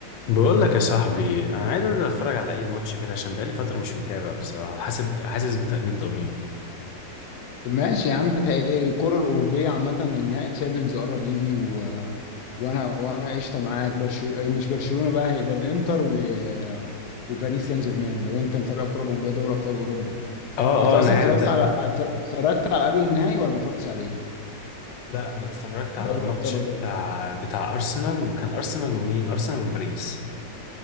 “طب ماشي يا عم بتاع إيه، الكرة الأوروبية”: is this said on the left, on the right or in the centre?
Left